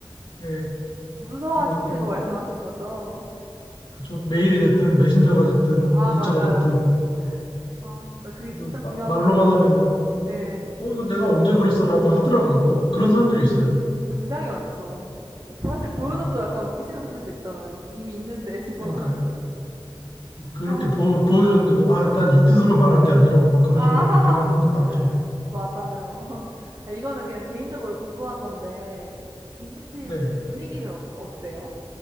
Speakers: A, on the left (about 75°); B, on the right (about 40°).
A: 예.
B: 문서화시키는
A: 그렇고,
B: 거 말씀하시는
A: 그-
B: 거죠?
A: 그죠. 메일이 됐든 메신저가
B: 음.
A: 됐든
B: 아
A: 문자가
B: 맞아요.
A: 됐든
B: 아 진짜 그게
A: 이거
B: 진짜 중요하더라고요.
A: 마- 말로만 하면은
B: 예.
A: 어 이거 내가 언제 그랬어라고 하더라고요. 꼭 그런 사람들이 있어요.
B: 굉장히 많죠. 사실 보여줘도
A: 네.
B: 약간 우기시는 분들도 있잖아요. 이미 있는데 증거가.
A: 그러니까 그렇게
B: 아.
A: 보, 보여줬는데도 아 일단 이 뜻으로 말한 게 아니라고 막 그런
B: 아.
A: 식으로 발뺌하는 사람들 많죠.
B: 맞아요. <laughs> 아 이거는 그냥 개인적으로 궁금한 건데 인사팀
A: 네.
B: 분위기는 어 어때요?